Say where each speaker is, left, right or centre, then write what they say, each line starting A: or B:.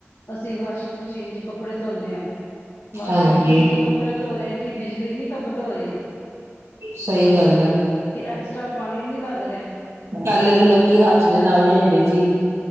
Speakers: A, on the left; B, on the right.
A: ਅਸੀਂ ਵਾਸ਼ਿੰਗ ਮਸ਼ੀਨ 'ਚ ਕਪ ਕਪਡ਼ੇ ਧੋਣੇ ਆ ਵਾਸ਼ਿੰਗ
B: ਹਾਂਜੀ
A: ਮਸ਼ੀਨ 'ਚ ਕਪ ਕੱਪੜੇ ਧੋ ਰਹੇ ਆ ਕਿ ਬਿਜਲੀ ਨੀ ਖਪਤ ਹੋ ਰਹੀ।
B: ਸਹੀ ਗੱਲ ਐ।
A: ਕੇ ਐਕਸਟਰਾ ਪਾਣੀ ਨੀ ਲਗ ਰਿਹਾ।
B: ਪਹਿਲੇ ਤੇ ਲੋਕੀ ਹੱਥ ਦੇ ਨਾਲ ਧੋਂਦੇ ਸੀ।